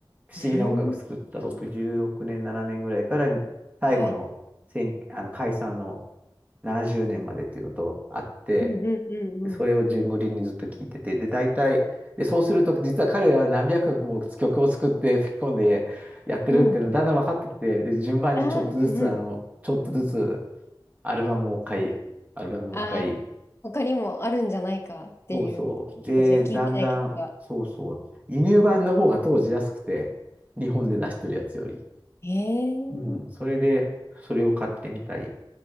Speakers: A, on the right (about 20°); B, on the left (about 30°).
A: 不思議な音楽作った66年、
B: うん。
A: 7年ぐらいから最後の、
B: はい。
A: せんあの解散の、70年までっていうのとあって、
B: うんうんうん
A: それを順繰りにずっと聞いてて、で、大体、で、そうすると、実は彼らは何百曲も曲を作って吹き込んでやってるっていうのだんだん分かってきて、
B: うん。うん。
A: で、順番にちょっとずつ、
B: ああ、うんうん。
A: あの、ちょっとずつアルバムを買い、アルバムを買い、
B: ああ、他にもあるんじゃないかっていう感じで聞いてない曲が。
A: そうそう。で、だんだん、そうそう。輸入版の方が当時安くて、日本で出してるやつより。
B: へえ。うん
A: うん、それで、それを買ってみたり。